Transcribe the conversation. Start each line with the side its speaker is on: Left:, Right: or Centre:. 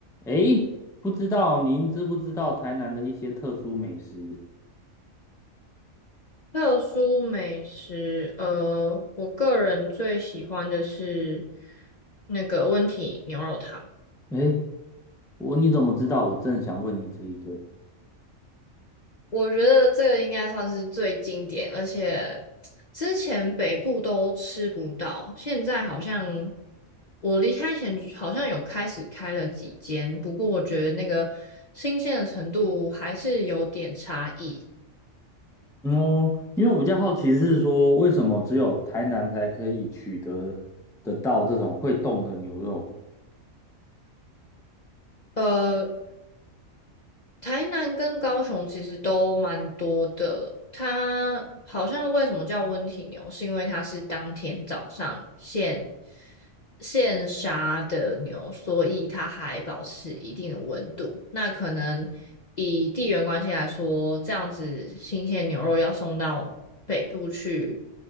Centre: 诶，不知道您知不知道台南的一些特殊美食？
Left: 特殊美食，呃，我个人最喜欢的是那个温体牛肉汤，
Centre: 诶，我你怎么知道？我正想问你这一个。
Left: 我觉得这个应该算是最经典，而且之前北部都吃不到，现在好像我离开前好像有开始开了几间，不过我觉得那个新鲜的程度还是有点差异。
Centre: 嗯哦，因为我比较好奇是说，为什么只有台南才可以取得得到这种会动的牛肉？
Left: 呃，台南跟高雄其实都蛮多的，它好像为什么叫温体牛，是因为它是当天早上现现杀的牛，所以它还保持一定的温度。那可能以地缘关系来说，这样子新鲜牛肉要送到北部去，